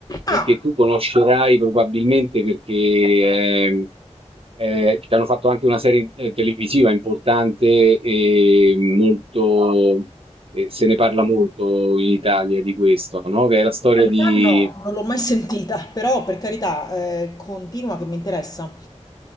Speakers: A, on the left (about 30°); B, on the right (about 50°).
A: Ah,
B: e che tu conoscerai probabilmente perché ehm, eh, ci hanno fatto anche una serie eh, televisiva importante e molto, eh, se ne parla molto in Italia di questo, no? Che è la storia
A: in realtà
B: di...
A: no, non l'ho mai sentita, però per carità, eh, continua che mi interessa.